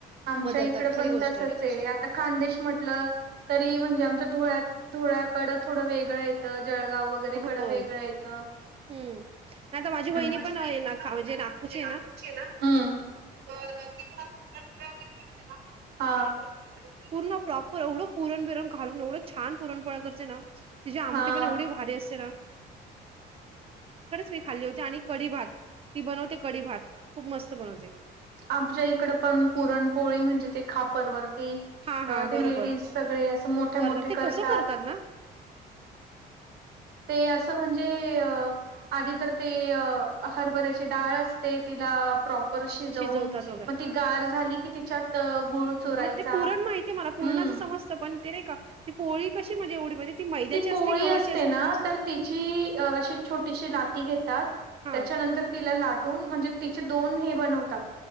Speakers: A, on the right (about 70°); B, on the right (about 35°).
A: आमच्या
B: बदलतात
A: इकड
B: खरी
A: पण
B: गोष्ट
A: तसच आहे. खानदेश म्हटलं तरी म्हणजे आमच धुळ्या धुळ्याकडं थोडं वेगळं येतं. जळगाव वगैरे
B: हो.
A: कडं वेगळं येत. आ
B: हम्म. आता वहिनी
A: माझी बहिणी
B: आहे
A: पण ना
B: खा म्हणजे
A: नागपूरची
B: ना,
A: आहे ना तर ती पण आता पुरणपोळी वगैरे बनवते ना. भारी करते.
B: पूर्ण प्रॉपर एवढं पुरण बिरण घालून एवढं छान पुरणपोळा करचे ना तिची आमटी
A: हा
B: पण एवढी भारी अस मी खाल्ली होती आणि कढी भात ती बनवते कढी भात खूप मस्त बनवते.
A: आमच्या इकड पण पुरणपोळी म्हणजे ते खापरवर. ते
B: हा हा बरोबर
A: लेडीज सगळे असं मोठ्या
B: करतात
A: मोठे
B: ते
A: कर
B: कसं
A: अ
B: करतात ना?
A: ते असं म्हणजे, अ आधी तर ते अ हरभऱ्याची डाळ असते तिला प्रो शिजवून
B: शिजवतात वगैरे
A: मग ती गार झाली की तिच्या आता गुळ चोरायचा
B: हा ते पुरण माहितीये मला पुरणाचं
A: हम.
B: समजतं पण ते नाही का ती पोळी कशी म्हणजे एवढी म्हणजे मैद्याची
A: ती पोळी
B: गव्हाची
A: असते ना तर तिची अशी छोटीशी लाक ती घेतात.
B: हा
A: त्याच्यानंतर तिला लाट म्हणजे तिचे दोन हे बनवतात.